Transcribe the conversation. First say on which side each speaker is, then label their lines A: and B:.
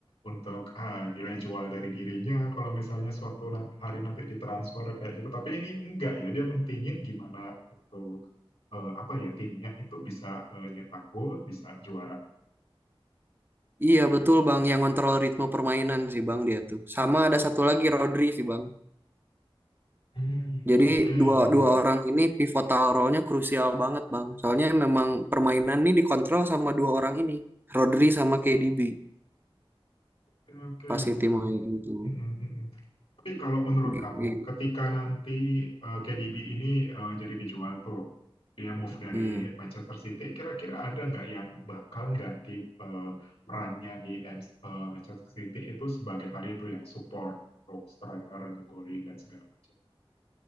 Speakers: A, on the left (about 75°); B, on the right (about 20°).
A: untuk ah, nilai jual dari dirinya kalau misalnya suatu nat- hari nanti ditransfer kayak gitu tapi ini enggak ya dia mentingin gimana untuk eh, apa ya timnya itu bisa eh, nyetak gol bisa juara.
B: Iya betul Bang, yang kontrol ritme permainan sih Bang dia tuh. Sama ada satu lagi Rodri sih Bang.
A: Hmm,
B: Jadi
A: oke, mm-mm.
B: dua dua orang ini pivotal role-nya krusial banget Bang. Soalnya memang permainan ini dikontrol sama dua orang ini, Rodri sama KDB
A: Oke, oke,
B: pas City
A: menarik.
B: main itu.
A: Hmm, hmm, hmm, hmm. Tapi kalau menurut
B: G-
A: kamu,
B: g-
A: ketika nanti eh, KDB ini eh, jadi dijual tuh, dia move dari
B: Hmm.
A: Manchester City, kira-kira ada nggak yang bakal ganti eh, perannya di M- eh, Manchester City itu sebagai tadi itu yang support untuk striker, ngegolin dan segala macam.